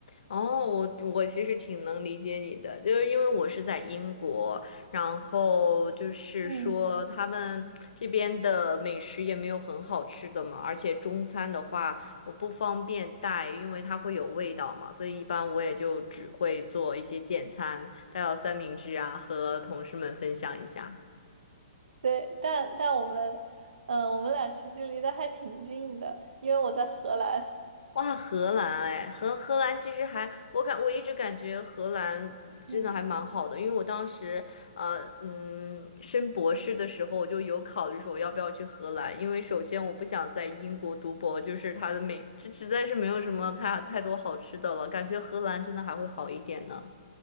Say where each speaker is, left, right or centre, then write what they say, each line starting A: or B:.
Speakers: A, on the left; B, on the right.
A: 哦，我我其实挺能理解你的，就是因为我是在英国，然后就是说他们这边的美食也没有很好吃的嘛，
B: <laughs> 嗯，
A: 而且中餐的话我不方便带，因为它会有味道嘛，所以一般我也就只会做一些简餐，带到三明治啊，和同事们分享一下。
B: 对，但但我们，嗯，我们俩其实离得还挺近的，因为我在荷兰。
A: 哇，荷兰哎，荷荷兰其实还，我感我一直感觉荷兰真的还蛮好的，
B: <laughs> 嗯。
A: 因为我当时呃嗯升博士的时候，我就有考虑说我要不要去荷兰，因为首先我不想在英国读博，就是它的美，这实在是没有什么太太多好吃的了，感觉荷兰真的还会好一点呢。